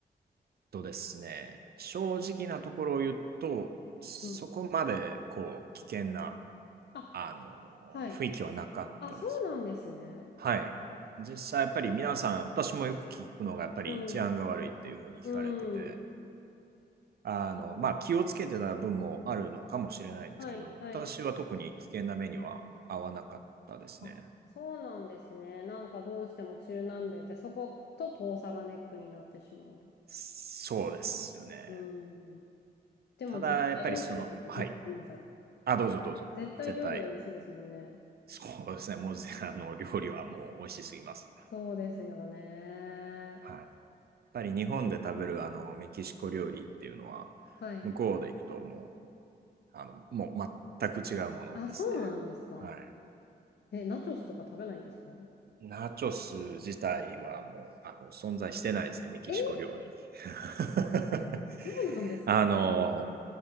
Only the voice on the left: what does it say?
うん。あ、
はい。あ、そうなんですね。
うん。うん。
はい、はい。
あ、そうなんですね。なんかどうしても中南米ってそこと遠さがネックになってしまう。
うん。でも絶対美味しいですもんね。
うんごめんなさい。
絶対料理は美味しいですもんね。
そうですよね。
はい。
あ、そうなんですか
え、ナチョスとか食べないんですか
えー
そうなんですかは